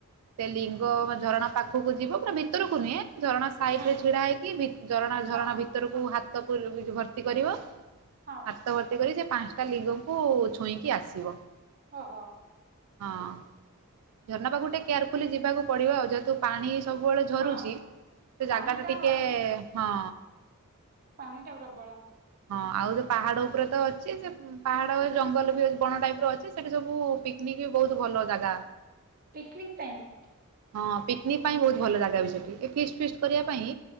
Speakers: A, on the right; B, on the right.
A: ସେ ଲିଙ୍ଗ ବା ଝରଣା ପାଖକୁ ଯିବ ପୁରା ଭିତରକୁ ନୁହେଁ ଝରଣା ସାଇଟିରେ
B: ହୁଁ
A: ଛିଡ଼ା ହେଇକି ଭି ଝରଣା ଝରଣା
B: ହଁ
A: ଭିତରକୁ ହାତକୁ ଭର୍ତ୍ତି କରିବ
B: ହଁ।
A: ହାତ ଭର୍ତ୍ତି କରି ସେପାଞ୍ଚଟା ଲିଂଗକୁ ଛୁଇଁକି ଆସିବ।
B: ଓହୋ।
A: ହଁ ଝରଣା ପାଖକୁ ଟିକେ କେୟାରଫୁଲି ଯିବାକୁ ପଡ଼ିବ ଆଉ ଯେହେତୁ ପାଣି ସବୁବେଳେ ଝରୁଚି
B: ହଁ
A: ସେଜାଗା
B: ପାଣି ଟା
A: ଟାଟିକେ ହଁ।
B: ପାଣିଟା ପ୍ରବଳ।
A: ହଁ ଆଉ ସେପାହାଡ଼ ଉପରେତ ଅଛି ଯେ ପାହାଡ଼ ଜଙ୍ଗଲବି ବଣ ଟାଇପର ଅଛି ସେଠି ସବୁ ପିକନିକ୍ ବି ବହୁତ ଭଲ ଜାଗା।
B: ପିକନିକ୍ ପାଇଁ।
A: ହଁ ପିକନିକ୍ ପାଇଁ ବହୁତ ଭଲ ଜାଗା ବି ସେଠି ଏ ଫିଷ୍ଟ ଫିଷ୍ଟ କରିବା ପାଇଁ